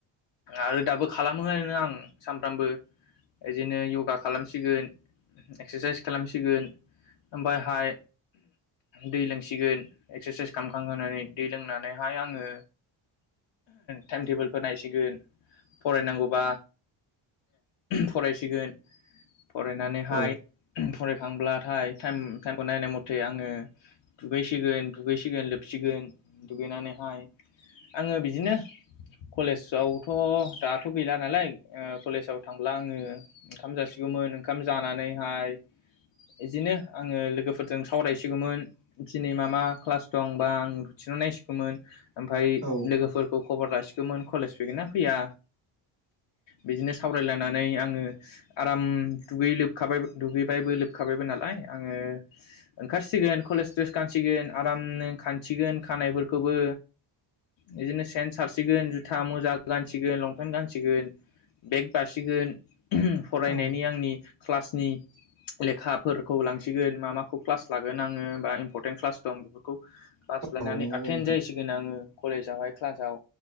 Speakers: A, on the left; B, on the right.
A: आरो दाबो खालामो आरा आं सानफ्रामबो बिदिनो य'गा खालामसिगोन एक्सारसाइस खालामसिगोन ओमफायहाय दै लोंसिगोन एक्सारसाइस खालामखांंनानै दै लोंनानैहाय आङो टाइम टेबोलफोर नायसिगोन फरायनांगौबा फरायसिगोन। फरायनानैहाय
B: औ
A: फरायखांब्लाथाय थाइम टाइमखौ नायनाय मथे थे आङो दुगैसिगोन दुगैसिगोन लोबसिगोन दुगैनानैहाय आङो बिदिनो कलेजावथ' दाथ' गैला। नालाय ओ कलेजाव थांब्ला आङो ओंखाम जासिग गौमोन ओंखाम जानानैहाय बिदिनो आङो लोगोफोर जों सावरायसिगौमोन दिनै मा मा क्लास दंबा आं रुटिनाव नायसिगौमोन। ओमफ्राय
B: औ
A: लोगोफोरखौ खबर लासि मोन कलेज फैगोन ना फैया बिदिनो सावरायलायनानै आङो आराम दुगै लोबखाबाय दुगैबायबो लोबखाबायबो नालाय आङो ओंखारसिगोन कलेज द्रेस गानसिगोन आरामनो खानसिगोन खानायफोरखौबो बिदिनो सेन्ट सारसिगोन जुथा मुजा गानसिगोन लंपेन्ट गानसिगोन बेग बासिगोन। फरायनायनि
B: औ
A: आंनि क्लासनि लेखाफोरखौ लांसिगोन मा मा खौ क्लास लागोन आङो बा इमपरतेन्ट क्लास दं बेफोरखौ <unintelligible> एतेन्त
B: औ नंगौ नोंथां
A: जाहैसिगोन आङो कलेजावहाय क्लासआव